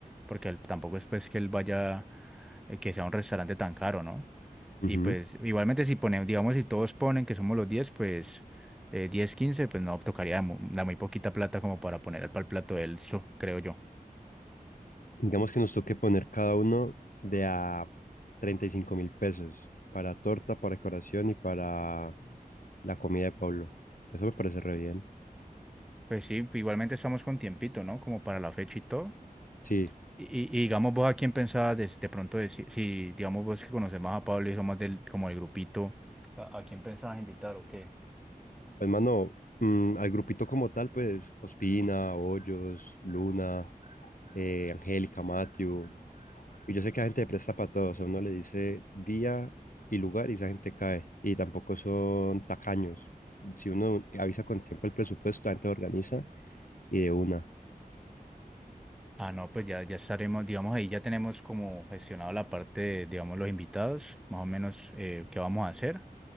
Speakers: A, in the centre; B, on the left.
A: porque él- tampoco es pues que él vaya, eh, que sea un restaurante tan caro, ¿no?
B: Ujú.
A: Y pues igualmente si ponemos, digamos, si todos ponen que somos los 10 pues eh, 10, 15, pues no, tocaría mu- la muy poquita plata como para poner para el plato de él, so- creo yo.
B: Digamos que nos toque poner cada uno de a 35 mil pesos para torta, para decoración y para la comida de Pablo. Eso me parece re bien.
A: Pues sí, igualmente estamos con tiempito, ¿no? Como para la fecha y todo.
B: Sí,
A: Y, y- y digamos vos a quién pensabas de, de pronto, de si, si, digamos vos que conoces más a Pablo y son más del, como el grupito, ¿a, a quién pensabas invitar o qué?
B: hermano, mm, al grupito como tal, pues Ospina, Hoyos, Luna, eh, Angélica, Matthew. Y yo sé que la gente presta para todo. O sea, uno le dice día y lugar y esa gente cae. Y tampoco son tacaños. Si uno avisa con tiempo el presupuesto, la gente lo organiza y de una.
A: Ah, no, pues ya, ya estaremos, digamos ahí ya tenemos como gestionado la parte de, digamos, los invitados, más o menos eh, qué vamos a hacer.